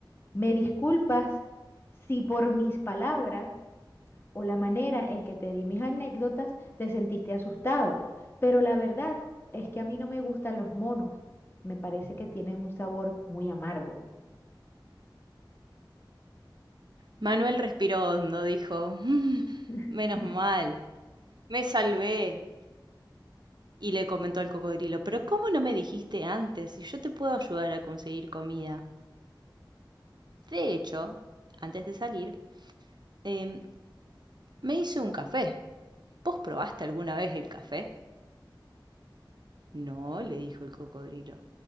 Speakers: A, on the left (about 30°); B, on the right (about 60°).
A: ¿Me disculpas si por mis palabras o la manera en que te di mis anécdotas te sentiste asustado? Pero la verdad es que a mí no me gustan los monos. Me parece que tienen un sabor muy amargo.
B: Manuel respiró hondo, dijo, "Mm,
A: <laughs>
B: menos mal, me salvé. Y le comentó al cocodrilo, pero ¿cómo no me dijiste antes si yo te puedo ayudar a conseguir comida? De hecho, antes de salir, em, me hice un café. ¿Vos probaste alguna vez el café? No, le dijo el cocodrilo.